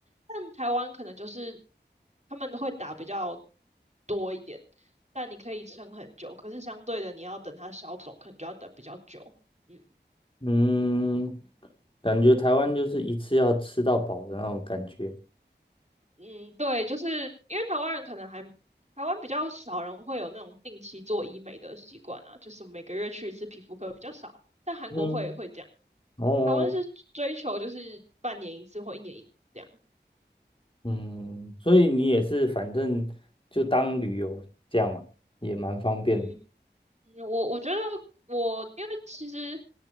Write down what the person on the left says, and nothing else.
嗯，感觉台湾就是一次要吃到饱的那种感觉。
嗯。哦，
嗯，所以你也是反正就当旅游这样嘛，也蛮方便的。